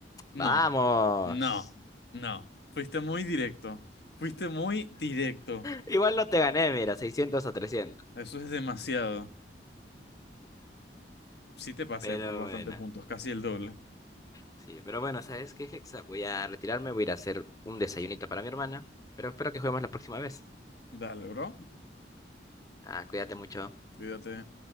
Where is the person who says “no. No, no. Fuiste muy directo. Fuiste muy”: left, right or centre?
Left